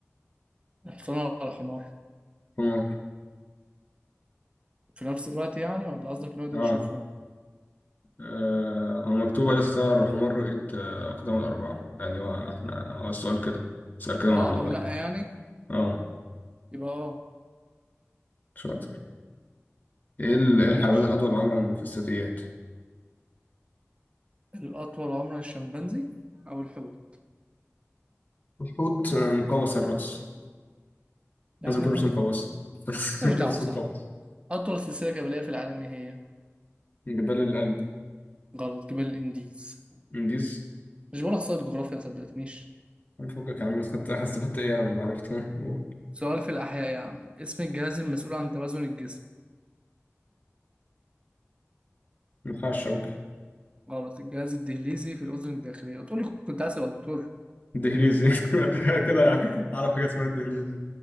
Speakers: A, on the right (about 25°); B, on the left (about 35°).
A: الحصان ولا الحمار
B: حمار
A: في نفس الوقت يعني ولا قصدك انه يقدر
B: آه.
A: يشوفهم
B: آه... هو مكتوبة لسه الحمار رؤية آه... أقدام الأربعة يعني هو احنا هو السؤال كده السؤال كده مع
A: اه
B: الموبايل
A: او لا يعني
B: اه
A: يبقى اه
B: شاطر ايه ال- إيه الحيوان
A: ماشي
B: الأطول عمرا في الثدييات؟
A: الاطول عمرا الشمبانزي او الحوت
B: الحوت مقوس الرأس
A: يعني
B: لازم يكون
A: الحوت
B: رأسه مقوسة <laughs> لازم
A: ماليش
B: يكون
A: دعوه
B: رأسه
A: صح
B: مقوس
A: اطول سلسله جبليه في العالم ايه هي
B: من <laughs> جبال القلب
A: غلط جبال الانديز
B: منديز
A: مش بقول احصائيات جغرافيا ما صدقتنيش
B: عم فكك يا عم خدت استفدت ايه انا ما عرفت ها؟ قول.
A: سؤال في الاحياء يا عم اسم الجهاز المسؤول عن توازن الجسم
B: النخاع الشوكي
A: غلط الجهاز الدهليزي في الاذن الداخليه تقول لي كنت عايز ابقى دكتور
B: الدهليزي <laughs> تخيل كده اعرف حاجة اسمها الدهليزي